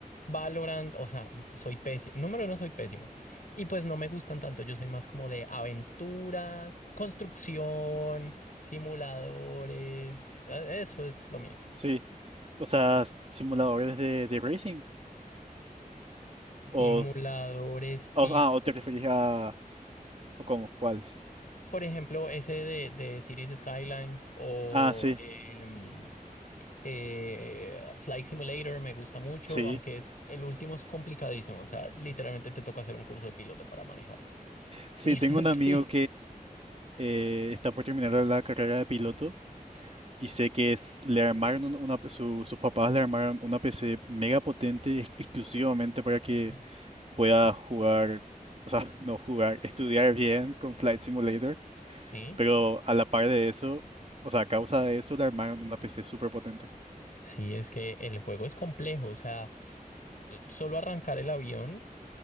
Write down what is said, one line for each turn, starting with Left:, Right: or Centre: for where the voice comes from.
Left: Valorant. O sea, soy pésimo. Número uno, soy pésimo. Y pues no me gustan tanto. Yo soy más como de aventuras, construcción, simuladores. eh, Eso es lo mío.
Right: sí. O sea, simuladores de, de racing.
Left: Simuladores
Right: O, o-
Left: tipo,
Right: ah, ¿o te referís a... ¿O cómo? ¿Cuáles?
Left: por ejemplo, ese de, de Cities Skylines o
Right: Ah, sí,
Left: em, eh, Flight Simulator me gusta mucho,
Right: sí.
Left: aunque es, el último es complicadísimo. O sea, literalmente te toca hacer un curso de piloto para manejarlo. <laughs>
Right: Sí,
Left: Y
Right: tengo
Left: así.
Right: un amigo eh, está por terminar la carrera de piloto y sé que es, le armaron un- una, su- sus papás le armaron una PC mega potente ex- exclusivamente para que
Left: Ah,
Right: pueda jugar, o sea, <laughs> no jugar, estudiar bien con Flight Simulator,
Left: Sí.
Right: pero a la par de eso, o sea, a causa de eso le armaron una PC súper potente.
Left: Sí, es que el juego es complejo. O sea, eh, solo arrancar el avión